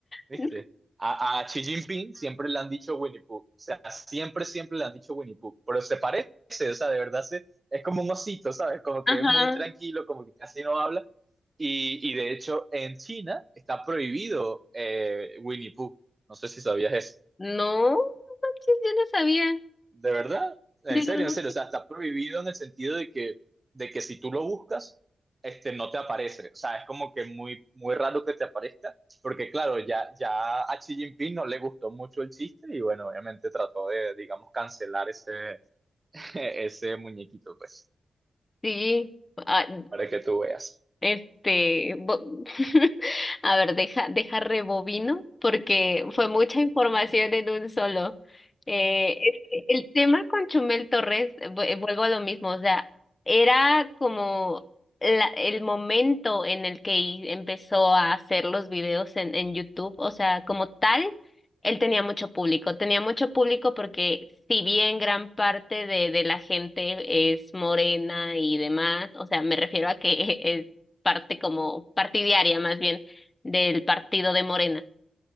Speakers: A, on the right; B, on the left.
A: ¿Viste?
B: <laughs>
A: A, a Xi Jinping siempre le han dicho Winnie Pooh. O sea, siempre, siempre le han dicho Winnie Pooh. Pero se parece, o sea, de verdad se, es como un osito, ¿sabes? Como
B: Ajá.
A: que es muy tranquilo, como que casi no habla. Y, y de hecho, en China está prohibido eh, Winnie Pooh. No sé si sabías eso.
B: No, no manches, yo no sabía.
A: De verdad, en
B: De
A: serio,
B: verdad
A: en serio,
B: que
A: o sea, está prohibido en el sentido de que, de que si tú lo buscas, este, no te aparece. O sea, es como que muy, muy raro que te aparezca, porque claro, ya, ya a Xi Jinping no le gustó mucho el chiste y bueno, obviamente trató de, digamos, cancelar ese, <laughs> ese muñequito, pues,
B: sí. Ah,
A: para que tú veas.
B: Este, bo- <laughs> a ver, deja, deja rebobino porque fue mucha información en un solo. Eh, el, el tema con Chumel Torres, eh, vu- eh, vuelvo a lo mismo, o sea, era como la- el momento en el que i- empezó a hacer los videos en, en YouTube, o sea, como tal, él tenía mucho público, tenía mucho público porque si bien gran parte de, de la gente es morena y demás, o sea, me refiero a que <laughs> parte como partidaria más bien del partido de Morena.